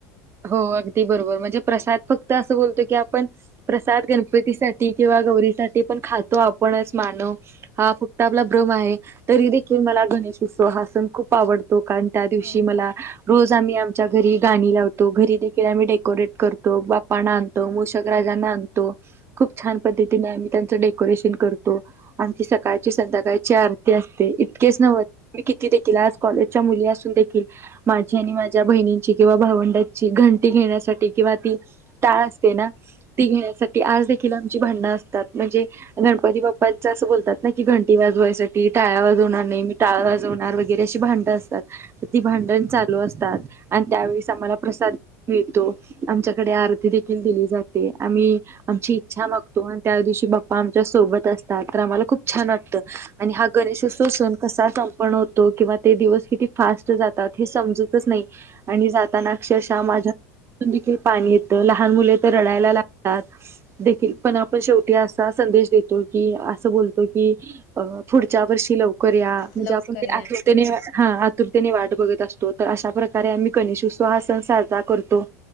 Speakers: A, on the right; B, on the left.
A: हो अगदी बरोबर, म्हणजे प्रसाद फक्त असं बोलतो की आ पण प्रसाद गणपतीसाठी किंवा गौरीसाठी पण खातो आपणच मानव. हा आपला भ्रम आहे. तरीदेखील मला गणेश उत्सव हा सण खूप आवड तो. कारण त्या दिवशी
B: हो.
A: मला रोज आम्ही आमच्या घरी गाणी लाव तो. घरीदेखील आम्ही डेकोरेट करतो, बाप्पाला आणतो, मूषक राजांना आणतो. खूप छान पद् धतीने आम्ही त्यांच डेकोरेशन करतो. आमची सकाळची संध्याकाची आरती असते. इतकेच नव्ह आणि कितीदेखील आज कॉलेजच्या मुली असूनदेखील माझी आणि माझ्या बहिणींची किंवा भावंडां चि घंटी घेण्यासाठी किंवा ती टाळ असते ना, ती घेण्यासाठी आजदेखील आमची भांडण अस असतात म्हणजे गणपती बाप्पांचा असं बोलतात ना की घंटी वाजवायसाठी, टाळ्या वाजवणार नाही, मी टाळ वाजवणार वगैरे अशी भांडणं असतात. ती भांड णं चालू असतात आणि त्यावेळीच आम्हाला प्रसाद मिळतो. आमच्याकडे आरतीदेखील दिली जाते. आम्ही आमची इच्छा मागतो आणि त्यादिवशी बाप्पा आमच्या सोबत असतात, तर आम्हाला खूप छान वाटतं. आणि हा गणेशोत्सव सन कसा संपन्न होतो किंवा ते दिवस किती फास्ट जातात, हे समजतच नाही आणि जाताना अक्षरशः माझ्या तोंडून देखील पाणी येतं, लहान मुले तर रडायला लाग तातदेखील. पण आपण शेवटी असा संदेश देतो की, असं बोलतो की अ पुढच्या वर्षी लवकर या. म्हणजे
B: लवकर
A: आपण ते
B: या
A: आतुरतेने हा आतुरतेने वाट बघत असतो, तर अशा प्रकारे आम्ही गणेश उत्स व हा सन साजरा करतो